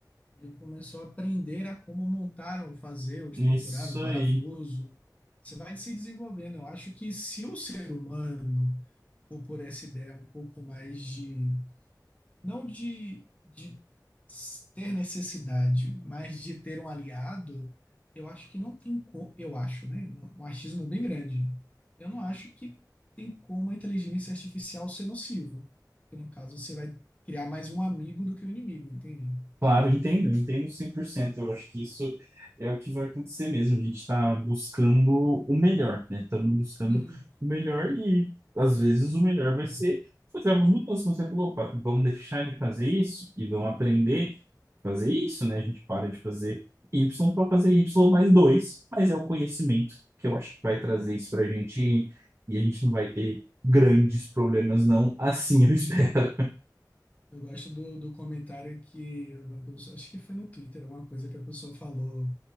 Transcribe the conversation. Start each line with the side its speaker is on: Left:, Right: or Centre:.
Left: ele começou a aprender a como montar ou fazer ou estruturar
Right: isso
Left: um parafuso.
Right: aí.
Left: Você vai se desenvolvendo. Eu acho que se o ser humano for por essa ideia um pouco mais de não de, de ter necessidade, mas de ter um aliado, eu acho que não tem como, eu acho, né? Um achismo bem grande. Eu não acho que tem como a inteligência artificial ser nociva. Porque, no caso, você vai criar mais um amigo do que um inimigo, entende?
Right: Claro, eu entendo, eu entendo cem por cento Eu acho que isso é o que vai acontecer mesmo. A gente está buscando o melhor, né? Estamos buscando
Left: Uhum.
Right: o melhor e, às vezes, o melhor vai ser fazer algumas mudanças. Você falou, opa, vamos deixar de fazer isso e vamos aprender a fazer isso, né? A gente para de fazer Y para fazer Y mais dois, mas é o conhecimento que eu acho que vai trazer isso para a gente e a gente não vai ter grandes problemas, não. Assim eu espero. <laughs>
Left: Eu gosto do, do comentário que uma pessoa- acho que foi no Twitter, uma coisa que a pessoa falou.